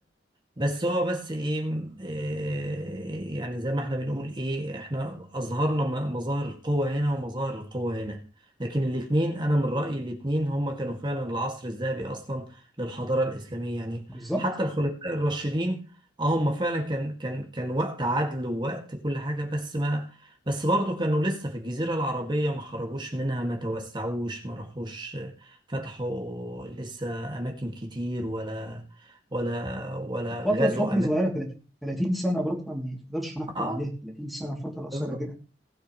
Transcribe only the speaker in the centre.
بالظبط
وفترة
حكم
صغيرة 30 30 سنة برضه ما يقدرش نحكم
عليها 30 سنة فترة قصيرة
جدا